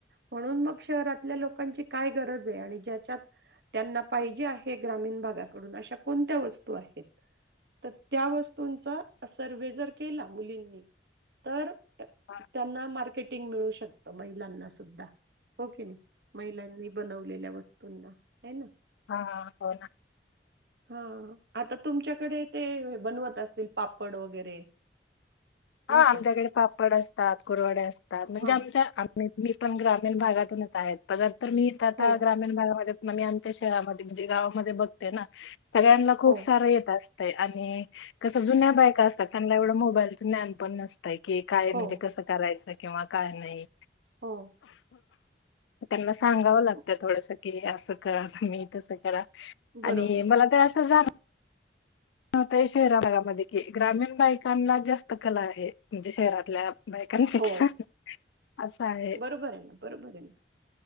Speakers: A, on the right (about 60°); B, on the left (about 80°).
A: म्हणून मग शहरातल्या लोकांची काय गरज आहे आणि ज्याच्यात त्यांना पाहिजे आहे ग्रामीण भागाकडून अशा कोणत्या वस्तू आहेत तर त्या वस्तूंचा सर्वे जर केला मुलींनी तर त्यांना
B: हा,
A: मार्केटिंग मिळू शक त महिलांना सुद्धा हो की नाही महिलांनी बनवलेल्या वस पुन्हा हे ना.
B: हा हा हो ना.
A: हा आता तुमच्याकडे ते बनवत असतील. पापड वगैरे नाही
B: हा आमच्याकडे
A: का
B: पापड असतात, कुरवडे असतात, म्हणजे
A: हां
B: आमच्या आम्ही मी पण ग्रामीण भागातूनच आहे पदर <unintelligible>
A: हो
B: म मी आमच्या शहरामध्ये म्हणजे गावामध्ये बघते ना सगळ्यांना खूप
A: हो
B: सारं येत असत. ते आणि कसं जुन्या बायका असतात. त्यांना एवढं मोबाईल ज्ञानपण नस तय की काय म्हणजे
A: हो
B: कसं करायचय. किंवा काय नाही.
A: हो.
B: त्यांना सांगावं लागतं
A: ब
B: थोडस की असं करा तुम्ही तसं करा. आणि
A: बरोबर
B: मला तर असं जाण <unintelligible> शहरा भागामध्ये कि ग्रामीण बायकांना जास्त कला आहे. म्हणजे शहरातल्या बायकांपेक्षा.
A: हो
B: असं आहे
A: बरोबर आहे ना बरोबर आहे ना.